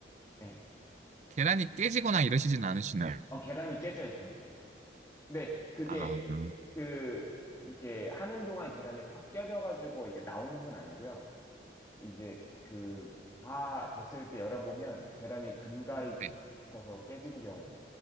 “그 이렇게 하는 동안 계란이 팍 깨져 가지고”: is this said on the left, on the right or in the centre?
Left